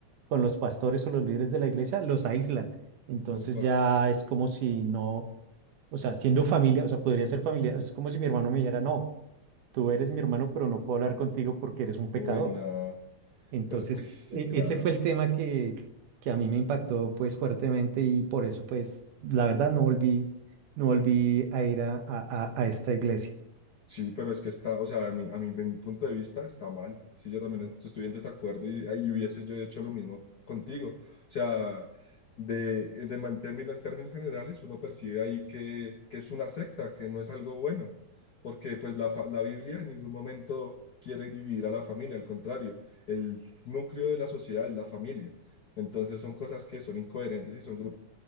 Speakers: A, on the right (about 85°); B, on the left (about 65°).
A: con los pastores o los líderes de la iglesia, los aíslan entonces
B: Upa.
A: ya es como si no, o sea, siendo familia, o sea, podría ser familia, es como si mi hermano me dijera, no, tú eres mi hermano, pero no puedo hablar contigo porque eres un pecador.
B: Uy, no.
A: Entonces,
B: Pero, uy, sí,
A: e-
B: claro.
A: ese fue el tema que, que a mí me impactó pues fuertemente y por eso pues la verdad no volví, no volví a ir a, a, a a esta iglesia.
B: Sí, pero es que está, o sea, a mí, a mí, de mi punto de vista está mal. Sí, yo también est- estoy en desacuerdo y, y hubiese yo hecho lo mismo contigo. O sea, de, de man- término- en términos generales, uno percibe ahí que, que es una secta, que no es algo bueno, porque pues la, fa- la Biblia en ningún momento quiere dividir a la familia, al contrario, el núcleo de la sociedad es la familia. Entonces son cosas que son incoherentes y son grupos